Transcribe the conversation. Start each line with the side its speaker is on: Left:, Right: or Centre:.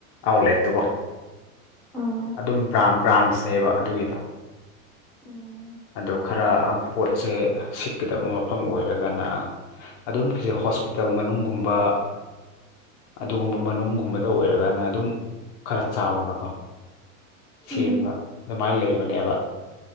Left: ꯑꯥꯎꯂꯦꯠꯇꯨꯀꯣ
Centre: ꯎꯝ
Left: ꯑꯗꯨꯝ ꯕ꯭ꯔꯥꯝ ꯕ꯭ꯔꯥꯟꯁꯅꯦꯕ ꯑꯗꯨꯒꯤꯗꯣ
Centre: ꯎꯝ
Left: ꯑꯗꯨ ꯈꯔ ꯑ ꯄꯣꯠꯁꯦ ꯁꯤꯠꯀꯗꯕ ꯃꯐꯝ ꯑꯣꯏꯔꯒꯅ ꯑꯗꯨꯝ ꯈꯤꯁꯦ ꯍꯣꯁꯄꯤꯇꯥꯜ ꯃꯅꯨꯡꯒꯨꯝꯕ ꯑꯗꯨꯒꯨꯝꯕ ꯃꯅꯨꯡꯒꯨꯝꯕꯗ ꯑꯣꯏꯔꯒꯅ ꯑꯗꯨꯝ ꯈꯔ ꯆꯥꯎꯅꯀꯣ ꯁꯦꯝꯕ
Centre: ꯎꯝ
Left: ꯑꯗꯨꯃꯥꯏ ꯂꯩꯕꯅꯦꯕ